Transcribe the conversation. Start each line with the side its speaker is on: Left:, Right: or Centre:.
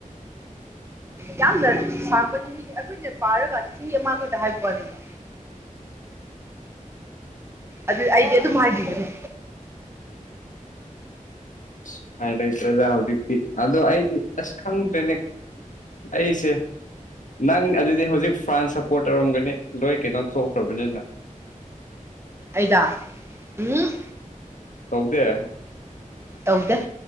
Right: ꯌꯥꯝꯅ ꯁꯥꯡꯕ ꯆꯍꯤꯅꯤ ꯑꯩꯈꯣꯏꯅ ꯄꯥꯔꯀꯥꯟꯗ ꯆꯍꯤ ꯑꯃꯈꯗ ꯍꯥꯏꯕ ꯋꯥꯅꯦꯕ ꯑꯗꯨ ꯑꯩꯗꯤ ꯑꯗꯨꯝ ꯍꯥꯏꯕꯤꯒꯅꯤ
Left: ꯎꯄꯥꯏ ꯂꯩꯇ꯭ꯔꯦꯗ ꯍꯧꯖꯤꯛꯇꯤ ꯑꯗꯣ ꯑꯩꯗꯤ ꯑꯁ ꯈꯪꯗ꯭ꯔꯦꯅꯦ ꯑꯩꯁꯦ ꯅꯪ ꯑꯗꯨꯗꯤ ꯍꯧꯖꯤꯛ ꯐ꯭ꯔꯥꯟꯁ ꯁꯞꯄꯣꯔꯠ ꯇꯧꯔꯝꯒꯅꯤ ꯂꯣꯏ ꯀꯩꯅꯣ ꯊꯣꯛꯇ꯭ꯔꯕꯅꯤꯅꯪ
Right: ꯑꯩꯗ ꯎꯝ
Left: ꯇꯧꯗꯦ
Right: ꯇꯧꯗꯦ